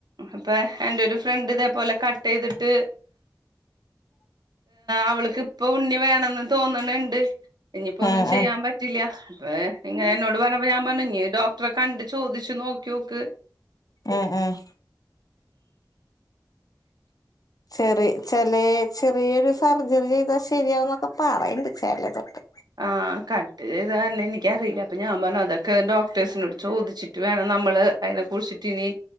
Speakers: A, on the right; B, on the left.
A: പ്പ എന്റെ ഒരു ഫ്രണ്ട് ഇതേപോലെ കട്ട് ചെയ്തിട്ട് അവൾക്ക് ഇപ്പ ഉണ്ണി വേണംന്ന് തോന്നണുണ്ട് ഇനിയിപ്പോ ഒന്നും
B: ഉം
A: ചെയ്യാൻ
B: ഉം
A: പറ്റ പറ്റില്ല അപ്പ ഇങ്ങനെ എന്നോട് പറഞ്ഞപ്പോ ഞാൻ പറഞ്ഞു ഡോക്ടറെ കണ്ട് ചോദിച്ചു നോക്കിയൊ ക്ക്
B: ആഹ് ആഹ് ചെറിയ ചില ചെറിയൊരു സർജറി ചെയ്താൽ ശരിയാവുംന്നൊക്കെ പറയണ്ട് ചിലതൊട്ടെ
A: ആഹ് കട്ട് ചൈതല്ലെ എനിക്കറിയില്ല അപ്പൊ ഞാൻ പറഞ്ഞു അതൊക്കെ ഡോക്ടേഴ്സിനോട് ചോദിച്ചിട്ട് വേണം നമ്മള് അതിനെ കുറിച്ചിട്ട് ഇനി